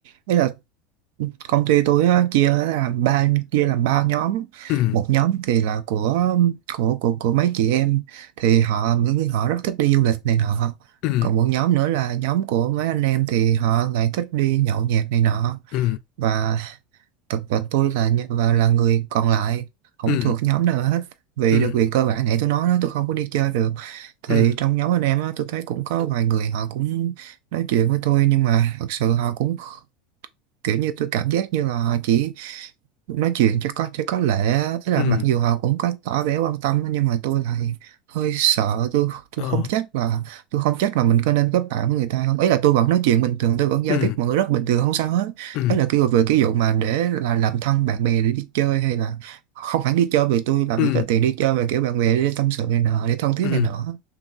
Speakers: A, on the right (about 70°); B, on the left (about 50°).
A: ý là công ty tôi á, chia làm ba chia làm ba nhóm
B: ừ
A: một nhóm thì là của của của của mấy chị em thì họ những họ rất thích đi du lịch này nọ
B: ừ
A: còn một nhóm nữa là nhóm của mấy anh em thì họ lại thích đi nhậu nhẹt này nọ
B: ừ
A: và thực và tôi là nh- và là người còn lại không
B: ừ
A: thuộc nhóm nào hết vì
B: ừ
A: được việc cơ bản nãy tôi nói đó tôi không có đi chơi được thì
B: ừ
A: trong nhóm anh em á tôi thấy cũng có vài người họ cũng nói chuyện với tôi nhưng mà thật sự họ cũng kiểu như tôi cảm giác như là họ chỉ nói chuyện cho có cho có lệ á. Tức là
B: ừ
A: mặc dù họ cũng có tỏ vẻ quan tâm á, nhưng mà tôi lại hơi sợ tôi
B: ờ
A: tôi không chắc là tôi không chắc là mình có nên kết bạn với người ta không ấy là tôi vẫn nói chuyện bình thường tôi vẫn giao
B: ừ
A: tiếp mọi người rất bình thường không sao hết
B: ừ
A: ấy là kêu về cái vụ mà để là làm thân bạn bè để đi chơi hay là không hẳn đi chơi vì tôi làm
B: ừ
A: gì có tiền đi chơi mà kiểu bạn bè để tâm sự này nọ để thân thiết
B: ừ
A: này nọ